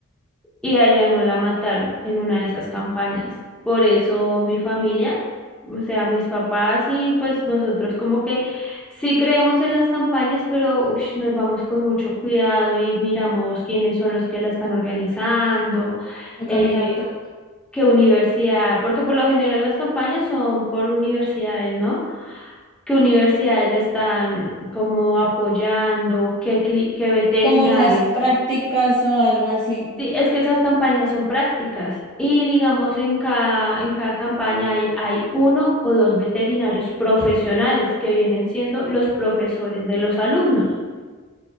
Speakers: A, in the centre; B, on the left.
A: Y a ella no la mataron en una de esas campañas. Por eso mi familia, o sea, mis papás y pues nosotros como que sí creemos en las campañas, pero ush, nos vamos con mucho cuidado y miramos quiénes son los que la están organizando,
B: toca
A: eh,
B: mirar todo.
A: qué universidad, porque por lo general las campañas son por universidades, ¿no? qué universidades le están como apoyando, qué, cli- qué veterinario.
B: Como en las prácticas o algo así.
A: Sí, es que esas campañas son prácticas y digamos en cada, en cada campaña hay, hay uno o dos veterinarios profesionales que vienen siendo los profesores de los alumnos.